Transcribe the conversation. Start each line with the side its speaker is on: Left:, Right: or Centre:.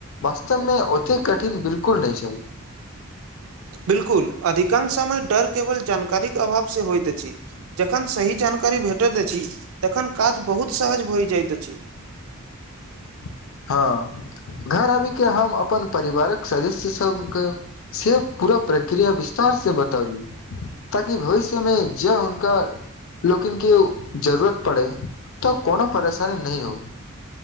Left: वास्तवमे ओतेक कठिन बिलकुल नहि छल।
Right: बिल्कुल अधिकांश समय डर केवल जानकारीक अभावसँ होइत अछि जखन सही जानकारी करी भेटैत दैत छी तखन काज बहुत सहज भऽ जाइत अछि।
Left: <inaudible> हँ घर आबि के हम अपन परिवारक सदस्य सभके से पूरा प्रक्रिया विस्तार से बताली ताकि भविष्य मे ज हुनका लोकेन के जरूरत पड़े तऽ कोनो परेशानी नहि हो